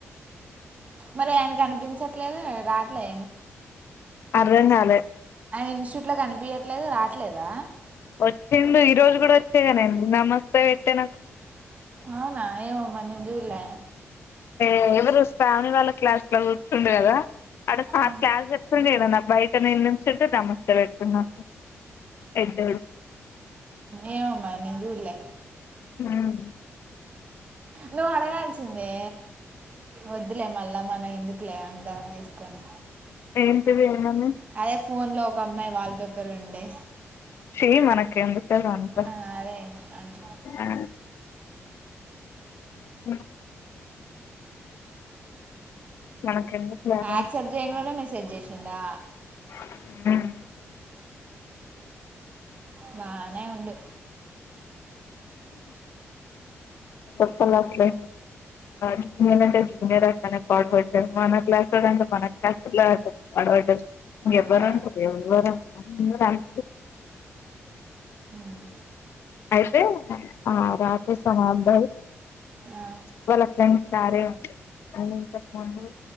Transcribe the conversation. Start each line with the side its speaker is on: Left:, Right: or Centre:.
Right: మరి ఆయన్ కనిపించట్లేదు రాత్ <inaudible>
Left: అర్థం కాలే
Right: ఇన్స్టిట్యూట్ ఇట్ల కనిపీయట్లేదు రాట్లేదా
Left: వచ్చిండు ఈ రోజు గుడా వచ్ నమస్తే వెట్టేనాకు
Right: అవునా ఏమో మరి నేన్ చూడ్లే
Left: ఏ ఎవరు శ్రావణి వాళ్ళ క్లాస్లో కూర్చుండు కదా అడ సార్
Right: ఆ.
Left: క్లాస్ చెప్తుండు ఇడ బయట నిందించట్ట నమస్తే పెట్టుకున్నా పెద్దోడు
Right: ఏమో అమ్మాయి నేన్ జూలే
Left: హ్మ్
Right: నువ్వు అడగాల్సిందే వద్దులే మళ్ళ మనం ఎందుకులే అంతా తీసుకొని
Left: ఏంటిది ఏమనీ
Right: అదే ఫోన్లో ఒక అమ్మాయి వాల్పే ర్ ఉండే
Left: ఛీ మనకెందుకు అది అంతా
Right: ఆ అదే అంట
Left: ఆ <inaudible> మనకెందుకు లేరా
Right: యాక్సెప్ట్ <inaudible> మెసేజ్ చే ెండా
Left: అ
Right: బానే ఉడు
Left: సప్పలాల జూనియర్ అంటే జూనియర్ అస్తనే పాడపడ్డారు మన క్లాస్ అంటే మన క్లాస్లా పాడపడ్డారు ఇం ఎవ్వరు
Right: ఆ,
Left: ఉంటారు ఎవరు అంట
Right: ఉమ్,
Left: అయితే ఆ రాత్రి సాభ
Right: ఆ,
Left: వాళ్ళక్క సారే ఉ అంతప్ప మ